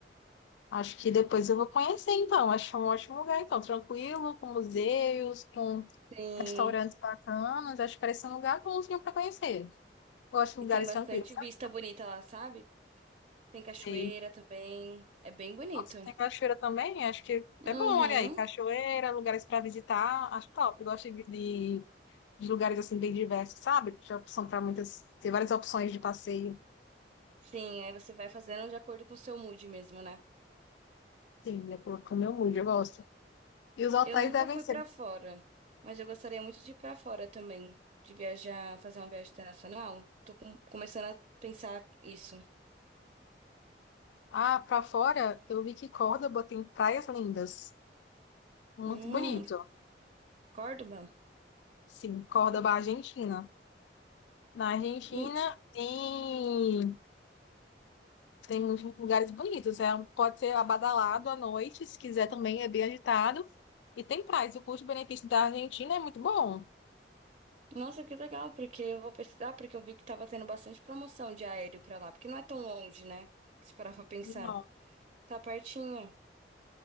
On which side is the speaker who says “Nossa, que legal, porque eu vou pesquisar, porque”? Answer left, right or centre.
Right